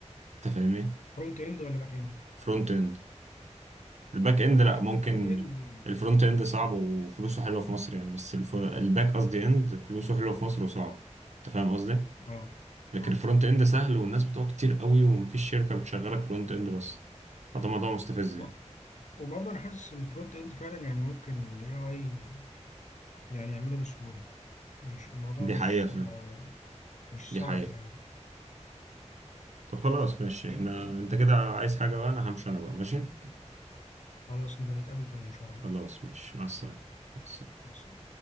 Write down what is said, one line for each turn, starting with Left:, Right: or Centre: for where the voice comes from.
Right: انت فاهمني
Left: فرونت إند ولا باك إند؟
Right: فرونت اند الباك
Left: اه
Right: اند
Left: لا
Right: لا
Left: اعتقد
Right: ممكن
Left: الفرونت اند
Right: الفرونت اند صعب وفلوسه حلوه في مصر يعني بس الف... الباك قصدي اند فلوسه حلوه في مصر وصعب انت فاهم قصدي
Left: اه اه
Right: لكن
Left: آه.
Right: الفرونت اند سهل والناس بتوعه كتير قوي ومفيش شركه بتشغلك فرونت اند بس فده موضوع مستفز
Left: و-
Right: يعني
Left: وبرضه انا حاسس الفرونت اند فعلا يعني ممكن الاي اي يعني يعمله بسهولة مش الموضوع
Right: دي
Left: مش
Right: حقيقه فعلا
Left: آه مش
Right: دي
Left: صعب
Right: حقيقه
Left: يعني
Right: طب خلاص ماشي احنا انت كده عايز حاجه بقى انا همشي انا بقى ماشي
Left: خلاص نبقى نتقابل تاني ان شاء
Right: خلاص ماشي مع السلامة مع السلامة
Left: الله